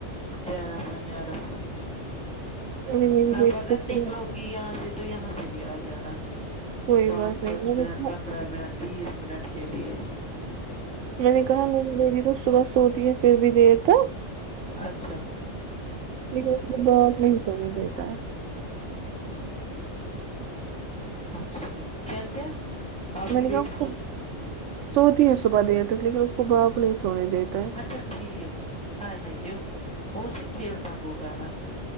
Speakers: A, in the centre; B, on the right (about 75°).
A: پیارا سا نیارا سا
B: ابھی میری
A: آپ
B: بیٹی
A: اگر
B: کو سنا-
A: نکلو گی یہاں سے تو یہاں سے بھی آ جانا
B: کوئی
A: پانچ
B: بات نہیں
A: دس
B: میں
A: منٹ
B: نے کہا
A: پندرہ منٹ بیس منٹ کے لیے
B: میں نے کہا میری مری تو صبح سوتی ہے پھر بھی دیر تک
A: اچھا
B: لیکن اس بات نہیں سنے دیتا ہے
A: اچھا کیا کیا آپ
B: میں
A: کی
B: نے کہا
A: بیٹی
B: اس
A: سو
B: کو سوتی ہے صبح دیر تک لیکن اس کے باپ نہیں سونے دیتے ہے
A: اچھا ٹھیک ہائے ہائے کیوں اس سے کھیلتا ہوگا نا